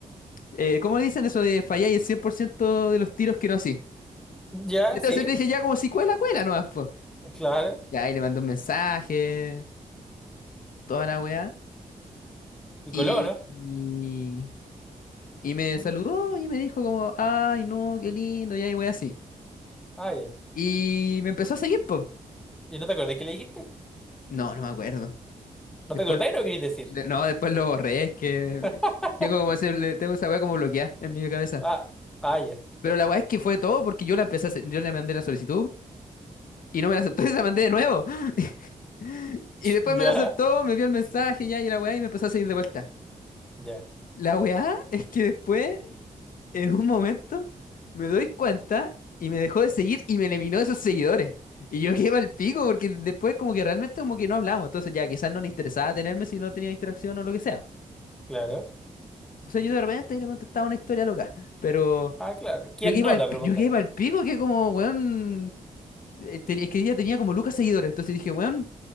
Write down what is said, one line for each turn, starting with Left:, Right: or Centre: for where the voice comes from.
Left: eh, ¿cómo dicen eso de fallar el 100% de los tiros que no así?
Centre: Ya,
Left: Entonces
Centre: sí,
Left: le dije ya como si cuela, cuela nomás, po.
Centre: claro.
Left: Y ahí le mandé un mensaje, toda la wea.
Centre: Y
Left: Y,
Centre: coló, ¿no?
Left: y, y me
Centre: Mm,
Left: saludó y me dijo como, ay, no, qué lindo, y ahí wea así.
Centre: Ah, ya.
Left: Y me empezó a seguir, pues.
Centre: ¿Y no te acordás que le dijiste?
Left: No, no me acuerdo.
Centre: ¿No
Left: Después,
Centre: te acordás de lo que querés decir?
Left: de- no, después lo borré, es que
Centre: <laughs>
Left: tengo como ese- le- tengo esa weá como bloqueada en mi cabeza.
Centre: Ah, ah, ya.
Left: Pero la weá es que fue todo porque yo la empecé a hacer- yo le mandé la solicitud y no me la aceptó <laughs> y se la mandé de nuevo. <laughs> Y después
Centre: Ya,
Left: me la aceptó, me vio el mensaje ya y la weá y me empezó a seguir de vuelta.
Centre: ya,
Left: La weá es que después, en un momento, me doy cuenta y me dejó de seguir y me eliminó de sus seguidores. Y yo quedé al pico porque después como que realmente como que no hablamos. Entonces ya quizás no le interesaba tenerme si no tenía interacción o lo que sea.
Centre: claro.
Left: O sea, yo de repente le contestaba una historia loca, pero
Centre: Ah, claro. ¿Quién
Left: yo que iba
Centre: no?
Left: al,
Centre: La pregunta.
Left: yo que iba al pico, que como, weón, eh, ten- es que ella tenía como lucas seguidores, entonces dije, weón,